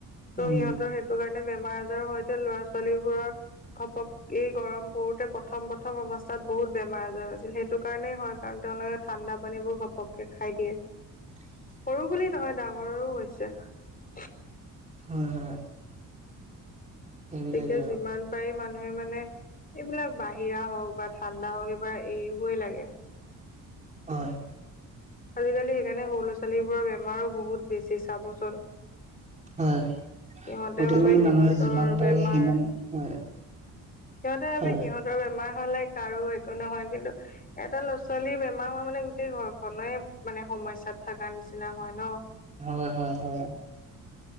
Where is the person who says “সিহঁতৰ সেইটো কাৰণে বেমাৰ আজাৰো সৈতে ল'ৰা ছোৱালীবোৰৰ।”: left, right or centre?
Left